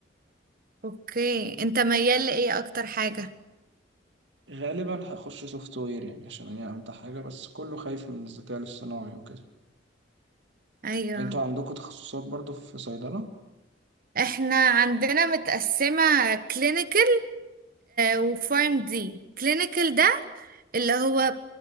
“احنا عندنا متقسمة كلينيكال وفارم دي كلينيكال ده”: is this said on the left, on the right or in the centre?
Right